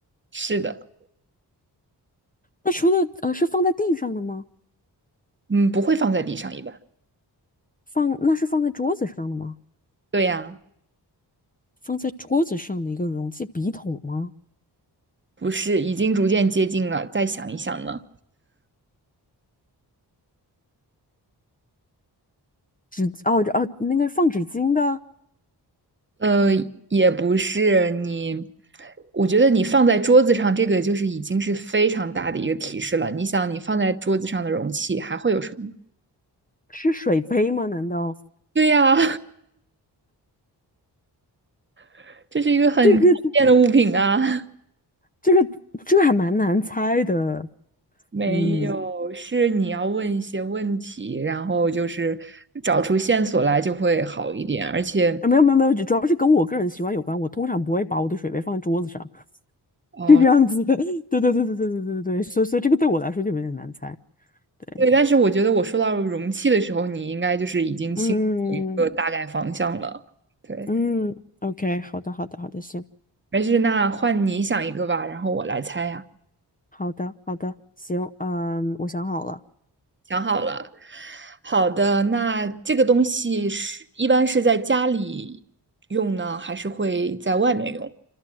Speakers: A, on the right; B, on the left.
A: <laughs> 是的，
B: 那除了呃，是放在地上的吗？
A: 嗯，不会放在地上一般。
B: 放，那是放在桌子上的吗？
A: 对呀、啊
B: 放在桌子上的一个容器，笔筒吗？
A: 不是，已经逐渐接近了，再想一想呢，
B: 纸，哦哦，那个放纸巾的
A: 呃，也不是你，我觉得你放在桌子上，这个就是已经是非常大的一个提示了。你想，你放在桌子上的容器还会有什么呢
B: 是水杯吗？难道
A: <laughs> 对呀，<laughs> 这是一个很常见的物品啊。
B: 这个这个这还蛮难猜的？
A: <laughs> 没有，
B: 嗯，
A: 是你要问一些问题，然后就是找出线索来就会好一点。而且，
B: 啊没有没有没有，主要是跟我个人习惯有关。我通常不会把我的水杯放在桌子上，
A: 哦、
B: 就这样子的。<laughs> 对对对对对对对对，所以所以这个对我来说就有点难猜。对，
A: 对，但是我觉得我说到容器的时候，你应该就是已经心里有一个大概方向了。
B: 嗯
A: 对。
B: 嗯，OK，好的好的好的，行。
A: 没事，那换你想一个吧，然后我来猜呀。
B: 好的，好的，行，嗯，我想好了，
A: 想好了。好的，那这个东西是一般是在家里用呢，还是会在外面用？